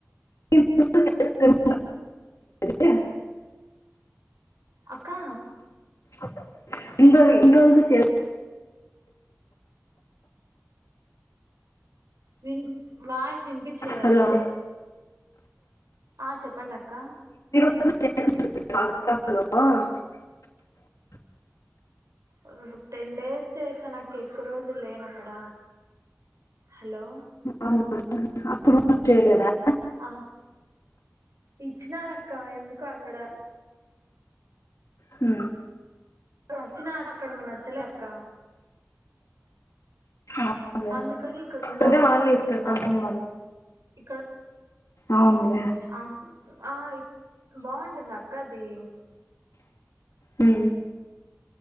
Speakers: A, on the left; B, on the right.
A: <unintelligible> ఇన్ని
B: అక్కా
A: అక్క ఎన్ని ఎన్ని రోజులకు చేసి
B: విన్ వాయిస్ వినిపించలేదు
A: హలో
B: అక్క ఆ చెప్పండి అక్క
A: లో <unintelligible>
B: ఉహు టెన్ డేస్ చేసాను అక్క ఎక్కువ రోజులు లేను అక్కడ హలో
A: అవు అప్పుడు చేయలేద <unintelligible>
B: ఆ ఇచ్చినారక్క ఎందుకు అక్కడ
A: హు
B: వచ్చిన అక్కడ నచ్చలే అక్క
A: అవునులే
B: అందుకని ఇక్కడ ఉందామని
A: అదే వాళ్ళే
B: అనుకుంటున్నాము
A: ఇస్తారు కంపెనీ
B: ఇక్కడ
A: అవును లే
B: ఆ ఆ బాగుంటుందా అక్క అది
A: హు